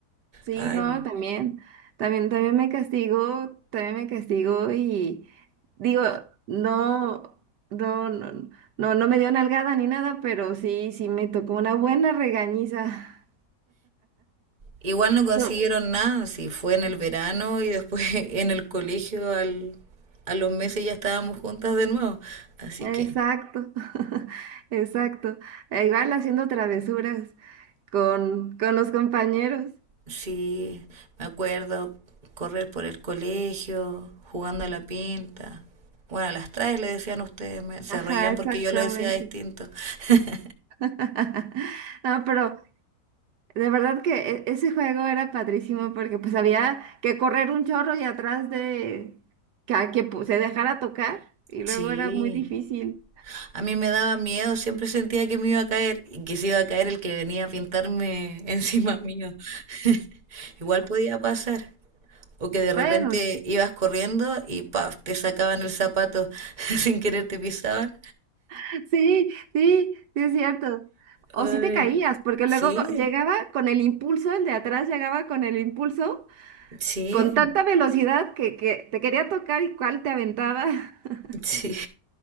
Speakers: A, on the right; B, on the right.
A: Sí,
B: Ay.
A: no, también, también, también me castigo, también me castigo y digo, no, no, no, no, no me dio nalgada ni nada, pero sí, sí me tocó una buena regañiza.
B: Igual no consiguieron
A: So-
B: nada, sí, fue en el verano y después <laughs> en el colegio al, a los meses ya estábamos juntas de nuevo. Así
A: exacto,
B: que
A: <laughs> exacto. E Igual haciendo travesuras con, con los compañeros.
B: sí, me acuerdo correr por el colegio, jugando a la pinta. Bueno, a las traes le decían ustedes, me- se
A: Ajá,
B: reían
A: exactamente.
B: porque yo lo decía distinto. <laughs>
A: <laughs> No, pero De verdad que e- ese juego era padrísimo porque pues había que correr un chorro y atrás de que, a- que pu- se dejara tocar y luego
B: Sí.
A: era muy difícil.
B: A mí me daba miedo, siempre sentía que me iba a caer y que se iba a caer el que venía a pintarme <laughs> encima mío. <laughs> Igual podía pasar. O que de
A: Bueno,
B: repente ibas corriendo y ¡paf! te sacaban el zapato <laughs> sin querer te pisaban.
A: <laughs> sí, sí, sí es cierto. O
B: Ay,
A: si te caías, porque
B: sí,
A: luego llegaba con el impulso, el de atrás llegaba con el impulso,
B: sí,
A: con tanta velocidad que, que te quería tocar y cuál te aventaba. <laughs>
B: sí.